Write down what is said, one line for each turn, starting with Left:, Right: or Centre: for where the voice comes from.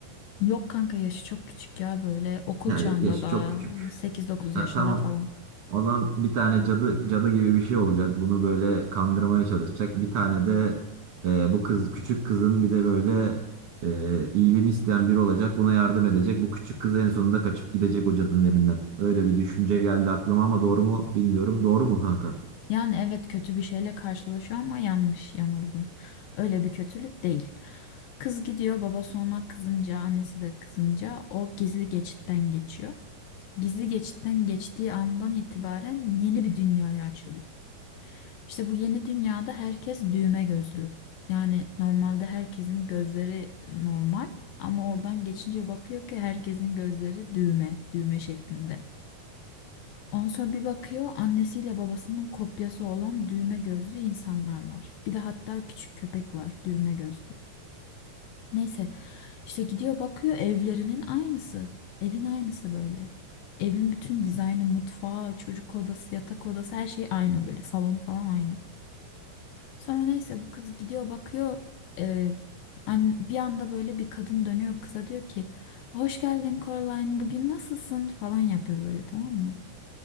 Left: Yok kanka yaşı çok küçük ya böyle okul
Right: Ya
Left: çağında
Right: ya- yaşı
Left: daha
Right: çok küçük.
Left: sekiz dokuz
Right: Ha,
Left: yaşında
Right: tamam.
Left: falan.
Right: O zaman bir tane cadı cadı gibi bir şey olacak. Bunu böyle kandırmaya çalışacak. Bir tane de e, bu kız küçük kızın bir de böyle e, iyiliğini isteyen biri olacak. Buna yardım edecek. Bu küçük kız en sonunda kaçıp gidecek o cadının elinden. Öyle bir düşünce geldi aklıma ama doğru mu bilmiyorum. Doğru mu kanka?
Left: Yani evet kötü bir şeyle karşılaşıyor ama yanlış yanıldın. Öyle bir kötülük değil. Kız gidiyor baba sonra kızınca annesi de kızınca o gizli geçitten geçiyor. Gizli geçitten geçtiği andan itibaren yeni bir dünyaya açılıyor. İşte bu yeni dünyada herkes düğme gözlü. Yani normalde herkesin gözleri normal ama oradan geçince bakıyor ki herkesin gözleri düğme, düğme şeklinde. Ondan sonra bir bakıyor annesiyle babasının kopyası olan düğme gözlü insanlar var. Bir de hatta küçük köpek var düğme gözlü. Neyse işte gidiyor bakıyor evlerinin aynısı. Evin aynısı böyle. Evin bütün dizaynı, mutfağı, çocuk odası, yatak odası her şey aynı böyle. Salonu falan aynı. Sonra neyse bu kız gidiyor bakıyor e, an- bir anda böyle bir kadın dönüyor kıza diyor ki hoş geldin Coraline bugün nasılsın falan yapıyor böyle tamam mı?